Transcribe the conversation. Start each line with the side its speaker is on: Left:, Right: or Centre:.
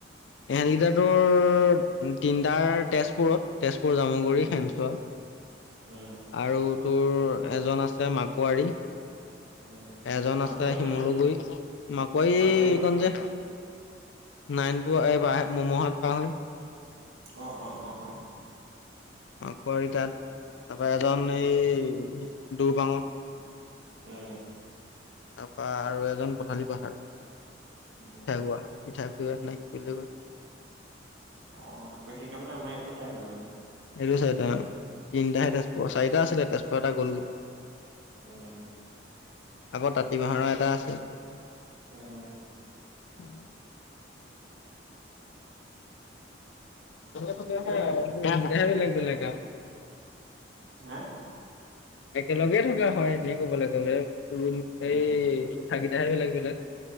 Left: ইহতকেইটাটোৰ তিনিটাৰ তেজপুৰত। তেজপুৰ, জামুগুৰি,
Right: উম
Left: খেনচুৱা।
Right: উম
Left: আৰু তোৰ এজন আছে মাকুৱাৰী
Right: উম
Left: এজন আছে
Right: মাকৈ
Left: শিমলু
Right: মানে
Left: গুড়ি, মাকোৱাৰী
Right: মাকৈ
Left: এইখন যে নাইনপুৰ এই পাই আহে মমোহট টাউন
Right: অ' অ' অ' অ'
Left: মাকোৱাৰি তাত তাৰপৰা এজন এই দুগমত
Right: উম
Left: তাৰপা আৰু এজন পঠালী পাহাৰ। পিঠাগুৱা
Right: উম
Left: পিঠা বিয়াত নাহিলি কেলে তই
Right: অহ' বইক্ষীত তাৰ মানে আমাৰ এইটো চাইডৰ মানে
Left: ভেলু চাই থাক। তিনিটাহে তেজপুৰ চাৰিটা আছিলে। তেজপুৰ এটা গ'লগৈ।
Right: উম
Left: আগৰ তাতিবাহৰো এটা আছে।
Right: উম
Left: উম <inaudible>
Right: ঠিকে আছে
Left: কি লাগে আও?
Right: হাঁ
Left: একেলগেই থকা হয়, যি কবলৈ গ'লে ৰূম
Right: উম,
Left: এই থাকি <inaudible>